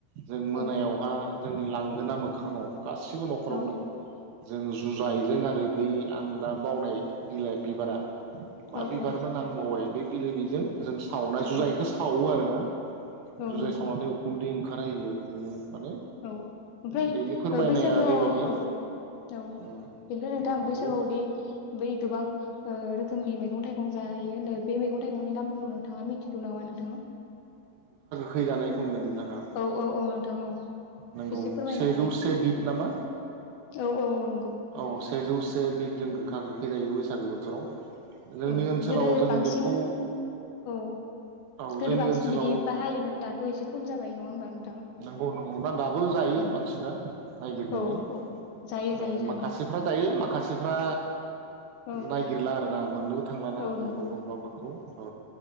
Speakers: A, on the right; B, on the left.
A: जों मोनायावहा
B: औ
A: जोंनि लांगोना मोखाङाव गासिबो न'खरावनो
B: औ
A: जों जुजायजों आरो बै आं दा बावनाय बिलाइ बिबारा मा
B: औ
A: बिबारमोन
B: औ
A: आं बावबाय लै। बेले बेजें जों सावना जुजायखौ
B: औ
A: सावो आरो ना
B: औ
A: जुजाय
B: नंगौ
A: स उखुन्दै ओंखारहायो बिदिनो माने
B: औ ओमफ्राय
A: बेनि फोरमायनाया
B: बैसागोआव
A: ओरैबायदि
B: ओ औ
A: ओ
B: बेनिफ्राय नोंथां
A: नंगौ
B: बैसागोआवदि बै गोबां ओ रोखोमनि मैगं थाइगं जायोनो बे मैगं थाइगंनि नामफोरखौ नो थाङा मिथिगौ नामा नोंथां?
A: खै जानायखौ होनदों नोंथाङा
B: औ औ औ नोंथां औ
A: नंगौ
B: एसे फोरमायना
A: सेजौ
B: होनाय
A: से बिद नामा
B: औ औ नंगौ
A: औ सेजौसे से बि जों गोखा गोखै जायो बैसागो बोथोराव। जोंनि
B: औ
A: ओनसोलाव
B: गोदो
A: जों
B: बांसिन
A: बेखौ
B: औ
A: औ जोंनि
B: गोदो बांसिन
A: ओनसोलाव
B: बिदि बाहायोमोन दाथ' एसे खम जाबाय। नङा होमबा नोंथां
A: नंगौ नंगौ ना दाबो जायो
B: औ
A: मानसिफ्रा नायगिरनानै
B: औ औ जायो
A: ओ
B: जायो जानाया
A: माखासेफ्रा जायो माखासेफ्रा
B: औ
A: नायगिरला आरोना। मोन्नो थांलाना
B: औ
A: बबा
B: नंगौ
A: बबाफोरखौ औ